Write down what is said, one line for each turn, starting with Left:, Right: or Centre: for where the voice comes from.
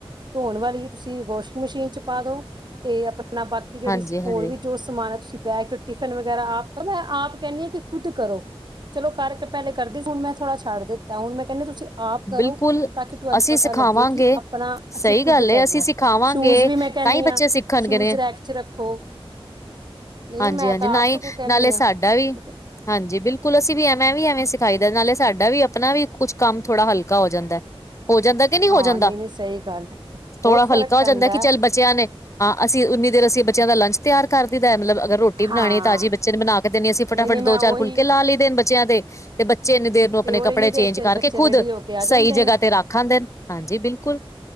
Right: ਧੋਣ ਵਾਲੀ ਤੁਸੀਂ ਵਾਸ਼ਿੰਗ ਮਸ਼ੀਨ ਚ ਪਾ ਦੋ ਤੇ ਆਪਣਾ ਬਾਕੀ ਜਿਹੜੀ
Left: ਹਾਂਜੀ ਹਾਂਜੀ
Right: ਹੋਰ ਵੀ ਜੋ ਸਮਾਨ ਐ ਤੁਸੀਂ ਬੈਗ ਚ ਟਿਫਿਨ ਵਗੈਰਾ ਆਪ ਮੈਂ ਆਪ ਕਹਿੰਦੀ ਕਿ ਖੁਦ ਕਰੋ। ਚਲੋ ਕਰਕੇ ਪਹਿਲੇ ਕਰਦੀ ਸੀ ਹੁਣ ਮੈਂ ਥੋੜ੍ਹਾ ਛੱਡ ਦਿੱਤਾ ਮੈਂ ਕਹਿੰਦੀ ਤੁਸੀਂ ਆਪ ਕਰੋ
Left: ਬਿਲਕੁਲ
Right: ਤਾਂ ਕਿ ਤੁਹਾਨੂੰ
Left: ਅਸੀਂ
Right: ਪਤਾ
Left: ਸਿਖਾਵਾਂਗੇ
Right: ਲੱਗੇ ਕਿ ਆਪਣਾ ਅਸੀਂ
Left: ਸਹੀ
Right: ਖੁਦ
Left: ਗੱਲ ਏ
Right: ਕਰਨਾ।
Left: ਅਸੀਂ ਸਿਖਾਵਾਂਗੇ
Right: ਸ਼ੂਜ਼ ਵੀ ਮੈਂ ਕਹਿੰਦੀ
Left: ਤਾਂ ਹੀ ਬੱਚੇ
Right: ਹਾਂ
Left: ਸਿੱਖਣਗੇ
Right: ਸ਼ੂਜ਼
Left: ਨੇ
Right: ਰੈਕ ਚ ਰੱਖੋ। ਨਹੀਂ,
Left: ਹਾਂਜੀ
Right: ਨਹੀਂ ਮੈਂ
Left: ਹਾਂਜੀ
Right: ਤਾਂ
Left: ਨਾ
Right: ਆਪ
Left: ਹੀ
Right: ਸਗੋਂ ਕਹਿੰਦੀ
Left: ਨਾਲੇ
Right: ਆ
Left: ਸਾਡਾ ਵੀ
Right: ਮੈਂ
Left: ਹਾਂਜੀ, ਬਿਲਕੁਲ ਅਸੀਂ ਵੀ ਐਵੇਂ ਵੀ ਐਵੇਂ ਸਿਖਾਈ ਦਾ ਨਾਲੇ ਸਾਡਾ ਵੀ ਆਪਣਾ ਵੀ ਕੁਛ ਕੰਮ ਥੋੜਾ ਹਲਕਾ ਹੋ ਜਾਂਦਾ ਹੋ ਜਾਂਦਾ। ਨਹੀ ਹੋ
Right: ਹਾਂ
Left: ਜਾਂਦਾ
Right: ਨਹੀਂ ਨਹੀਂ ਸਹੀ ਗੱਲ ਬਹੁਤ
Left: ਥੋੜਾ
Right: ਫ਼ਰਕ
Left: ਹਲਕਾ ਹੋ
Right: ਪੈਂਦਾ
Left: ਜਾਂਦਾ ਕਿ
Right: ਹੈ
Left: ਚੱਲ ਬਚਿਆ ਨੇ ਹਾਂ, ਅਸੀਂ ਉਨੀ ਦੇਰ ਅਸੀਂ ਬੱਚਿਆਂ ਦਾ ਲੰਚ ਤਿਆਰ ਕਰ ਦਈ ਦਾ ਮਤਲਬ ਅਗਰ ਰੋਟੀ ਬਣਾਣੀ
Right: ਹਾਂ
Left: ਤਾਜ਼ੀ ਬੱਚੇ ਨੇ ਬਣਾ ਕੇ ਦੇਣੀ ਅਸੀਂ ਫਟਾਫਟ
Right: ਨਹੀਂ ਨਹੀਂ ਮੈਂ
Left: ਦੋ ਚਾਰ
Right: ਉਹੀ
Left: ਫੁਲਕੇ ਲਾ ਲਈ ਦੇਣ ਬੱਚਿਆਂ ਦੇ ਤੇ ਬੱਚੇ ਇੰਨੀ ਦੇਰ ਨੂੰ ਆਪਣੇ
Right: ਤੇ ਉਹ
Left: ਕੱਪੜੇ
Right: ਇੰਨੀ ਦੇਰ
Left: ਚੇਂਜ
Right: ਚ
Left: ਕਰਕੇ
Right: ਬੱਚੇ
Left: ਖੁਦ
Right: ਰੈਡੀ ਹੋ ਕੇ ਆ ਜਾਂਦੇ
Left: ਸਹੀ ਜਗ੍ਹਾ
Right: ਨੇ
Left: ਤੇ ਰੱਖ ਆਂਦੇ ਨੇ ਹਾਂਜੀ ਬਿਲਕੁਲ